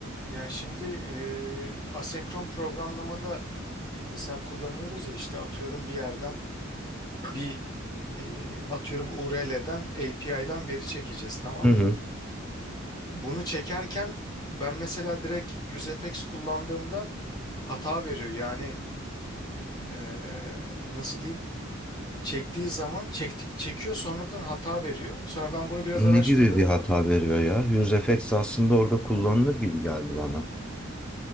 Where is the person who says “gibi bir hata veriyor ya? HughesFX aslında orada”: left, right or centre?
Centre